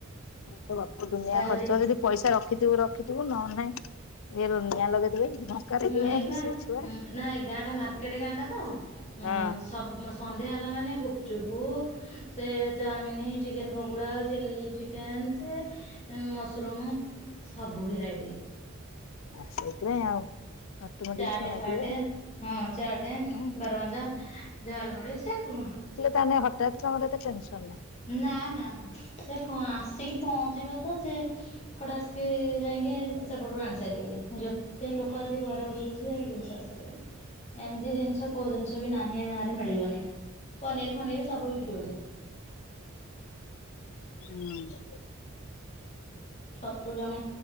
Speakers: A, on the left; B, on the left.
A: ତ ବାପ ଦୁନିଆ
B: ହଉଛି
A: ଖର୍ଚ୍ଚ ଯଦି ପଇସା ରଖିଥିବୁ ର ରଖିଥିବୁ ନହେନେ ନାହିଁ ଇଏ ନିଆଁ ଲଗେଇଦେବେ। ଲାଗିଲାଣି
B: ହଁ ଏପା
A: ସେ ଛୁଆ।
B: ନା ଏ ଗାଁଟା ମାର୍କେଟ ଗାଁ ଟା ତ ଅ
A: ଆ
B: ସବୁ ସନ୍ଧ୍ୟା ହେଲା ମାନେ ଗୁପଚୁପୁ ସେ chowmein chicken pakora, chilli chicken ସେ ମସରୁମ୍ ସବୁ ଭେରାଇଟି
A: ଆ ସେଇଥିପାଇଁ ଆଉ। ଅଟୋମେଟିକ
B: ଚାଟେ
A: ଛୁଆ ମାଗିବେ
B: ଫାଟେ
A: ଆଉ।
B: ହଁ ଚାଟେ,
A: ହଁ
B: ବାରମଜା, ଝାଲମଡ଼ି ସେ କ
A: ତାହେନେ ହଠାତ୍ ତମର ଏତେ ଟେନସନ ନାହିଁ।
B: ନା ନା ସେ ଆସିକି ପହଞ୍ଚିବେ ତ ସେ ଫଟାସ୍କେ ଯାଇଁକି ସେପଟୁ ଆଣି ସାରିବେଣି ଜୋ ସେ ଲୋକ ଆସି ଘରେ ବସିବସି ଜିନିଷ ଆସସରିବନି ଏମିତି ଜିନିଷ କୋଉ ଜି ଜିନିଷ ବି ନାହିଁ ଏ ଗାଁରେ ମିଳିବନି। ପନିର ଫନିର ସବୁ ବିକ୍ରି ହଉଛି।
A: ହୁଁ।
B: ଛତୁ ଜଣେ